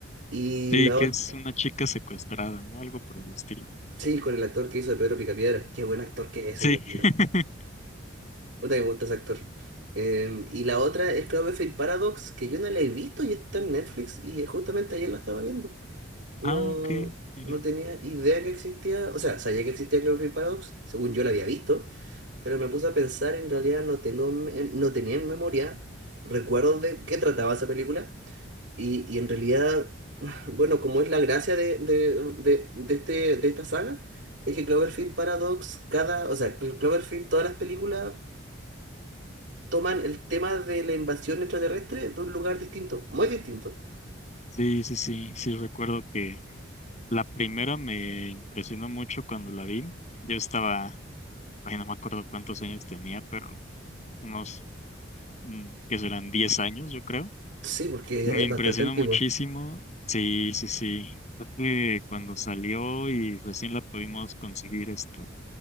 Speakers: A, on the right (about 60°); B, on the left (about 35°).
A: Y
B: Sí,
A: la
B: que
A: otra,
B: es una chica secuestrada, ¿no? Algo por el estilo.
A: sí, con el actor que hizo de Pedro Picapiedra. Qué buen actor que es
B: Sí.
A: ese, Dios mío.
B: <laughs>
A: Puta que me gusta ese actor. Em, y la otra es Cloverfield Paradox, que yo no la he visto y está en Netflix y justamente ayer la estaba viendo. No,
B: Ah, ok, mira.
A: no tenía idea que existía, o sea, sabía que existía Cloverfield Paradox, según yo la había visto, Pero me puse a pensar, en realidad no tengo, me- no tenía en memoria recuerdos de
B: Ujú.
A: qué trataba esa película. Y, y en realidad, <sighs> bueno, como es la gracia de, de, de, de este, de esta saga, es que Cloverfield Paradox, cada, o sea, Clo- Cloverfield, todas las películas toman el tema de la invasión extraterrestre de un lugar distinto, muy distinto.
B: Sí, sí, sí, sí, recuerdo que la primera me impresionó mucho cuando la vi. Yo estaba, ay, no me acuerdo cuántos años tenía, pero unos, mm, que serán 10 años, yo creo.
A: Sí, porque
B: Me
A: es
B: impresionó
A: bastante antigua,
B: muchísimo. Sí, sí, sí. Creo que cuando salió y recién la pudimos conseguir este,